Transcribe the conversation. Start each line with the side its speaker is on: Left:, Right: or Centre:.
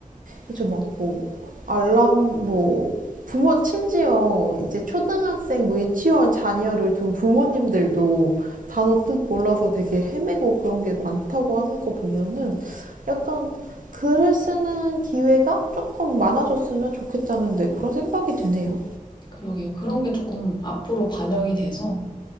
Right: 그래서
Left: 저
Right: 막 뭐 알람 뭐 부모 심지어 이제 초등학생 뭐 유치원 자녀를 둔 부모님들도 단어 뜻 몰라서 되게 헤매고 그런 게 많다고 하는 거 보면은 약간 글을 쓰는 기회가 조금 많아졌으면 좋겠다는데 그런 생각이 드네요.
Left: 그러게요. 그런 게 조금 앞으로 반영이 돼서